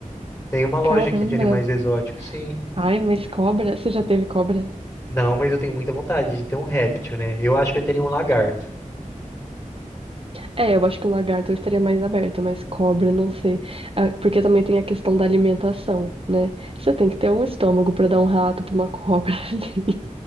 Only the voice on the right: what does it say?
Caramba.
Ai, mas cobra? Você já teve cobra?
É, eu acho que o lagarto eu estaria mais aberta, mas cobra, não sei. Ah, Porque também tem a questão da alimentação, né? Você tem que ter um estômago pra dar um rato pra uma cobra, <laughs> assim.